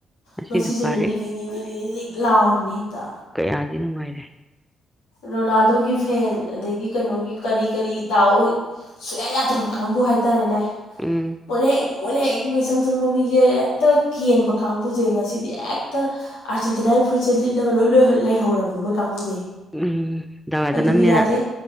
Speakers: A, in the centre; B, on the left (about 75°).
A: ꯉꯁꯤꯁꯨ
B: ꯉꯁꯤꯁꯨꯅ
A: ꯀꯥꯔꯦ
B: ꯅꯤꯛꯂꯤꯅꯤ ꯅꯤꯛꯂꯤꯅꯤ ꯂꯤꯅꯤꯛ ꯂꯥꯎꯔꯤꯅꯦ ꯍꯦꯛꯇ
A: ꯀꯌꯥꯗꯤ ꯅꯨꯡꯉꯥꯏꯔꯦ
B: ꯔꯣꯅꯥꯜꯗꯣꯒꯤ ꯐꯦꯟ ꯑꯗꯒꯤ ꯀꯩꯅꯣꯒꯤ ꯀꯔꯤ ꯀꯔꯤ ꯇꯥꯛꯑꯣ ꯁꯨꯌꯥ ꯌꯥꯗ꯭ꯔꯕ ꯀꯥꯡꯕꯨ ꯍꯥꯏꯇꯥꯔꯦꯅꯦ
A: ꯎꯝ
B: ꯃꯣꯏꯅ ꯍꯦꯛ ꯃꯣꯏꯅ ꯍꯦꯛ ꯃꯤꯁꯪ ꯁꯪꯕ ꯃꯤꯁꯦ ꯍꯦꯛꯇ ꯀꯦꯟꯕ ꯀꯥꯡꯕꯨꯁꯦ ꯉꯁꯤꯗꯤ ꯍꯦꯛꯇ ꯑꯥꯔꯖꯦꯟꯇꯤꯅꯥꯒꯤ ꯐ꯭ꯔꯨꯏꯠꯁꯦ ꯂꯤꯠꯂꯒ ꯂꯣꯏ ꯂꯣꯏ ꯂꯩꯍꯧꯔꯕꯅꯦ ꯃꯣꯏ ꯀꯥꯡꯕꯨꯁꯦ
A: ꯎꯝ ꯗꯥꯎ ꯌꯥꯗꯅꯕꯅꯤꯅ
B: ꯑꯗꯨꯕꯨ ꯌꯥꯗꯦ